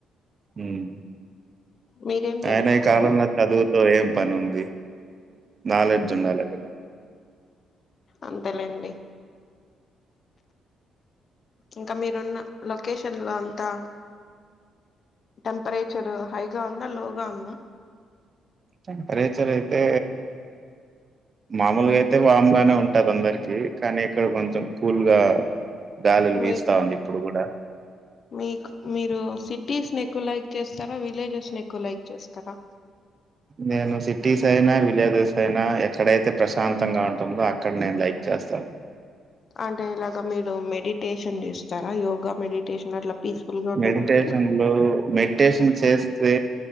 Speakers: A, on the right; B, on the left.
A: ఉమ్
B: మీరేం
A: అయన
B: చదువుకున్నారు
A: ఈ కాలంలో చదువుతో ఏం పని ఉంది నాలెడ్జ్ ఉండాలిద
B: అంతలేండి ఇంకా మీరున్న కేషన్ లో అంతా టెంపరేచర్ హైగా ఉందా లోగా ఉందా
A: టెంపరేచర్ అయితే మామూలుగా అయితే వామ్ గానే ఉంటది అందరికి కానీ ఇక్కడ కొంచెం కూల్గా గాలులు
B: మీ
A: వీస్తా ఉంది ఇప్పుడు కూడా
B: మీకు మీరు సిటీస్ ని ఎక్కువ లైక్ చేస్తారా విలేజెస్ ని ఎక్కువ లైక్ చేస్తారా
A: నేను సిటీసనా విలేజస్ అయినా ఎక్కడైతే ప్రశాంతంగా ఉంటుంది మొంగా అక్కడ నేను లైక్ చేస్తాను
B: అంటే ఇలాగ మీరు మెడిటేషన్ చేస్తారా యోగా మెడిటేషన్ అట్లా పీస్ఫుల్ గా ఉండడానికి
A: మెడిటేషన్లు మెడిటేషన్ చేస్తే